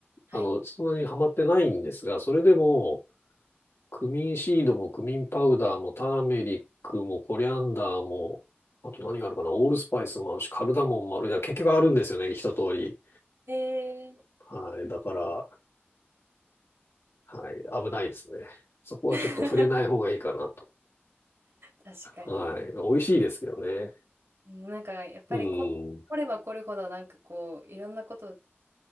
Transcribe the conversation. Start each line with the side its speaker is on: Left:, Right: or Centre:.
Right: はい。
Left: あの、そんなにハマってないんですが、それでも、クミンシードもクミンパウダーもターメリックもコリアンダーも、あと何があるかな、オールスパイスもあるし、カルダモンもある。いや、結局あるんですよね、一通り。
Right: えー
Left: はい。だから、はい。危ないですね。そこはちょっと触れない方がいいかなと。
Right: <laughs> 確かに。
Left: はい。美味しいですけどね。
Right: なんか、やっぱりこ、
Left: うん。
Right: 凝れば凝るほど、なんかこう、いろんなこと、